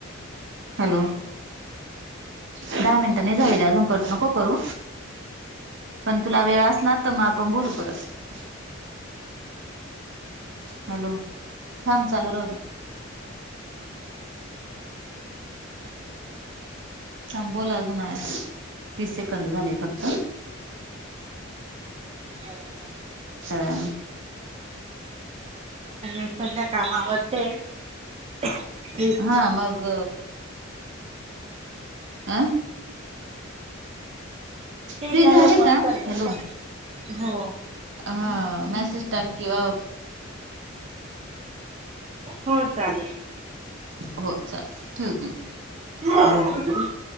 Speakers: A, on the right (about 65°); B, on the right (about 30°).
A: हॅलो. दहा मिनिटं नाही झालेले अजून कट नको करू. पण तुला वेळ असला तर मग बोलू आपण परत. हॅलो थांब चालू राहू दे. थांब बोलं अजून हाय तीस सेकंद झालेत आता.
B: तेल काढ.
A: सगळं.
B: पण सध्या कामं आवरते, <inaudible>
A: हा मग अ.
B: ते
A: फ्री
B: झाल्यावर
A: झाले
B: कॉल
A: का
B: करेल
A: हॅलो
B: हो.
A: हा मेसेज टाईप केला.
B: हो चालेल.
A: हो चाललंय ठेवते मग
B: आऊ ऊ <inaudible>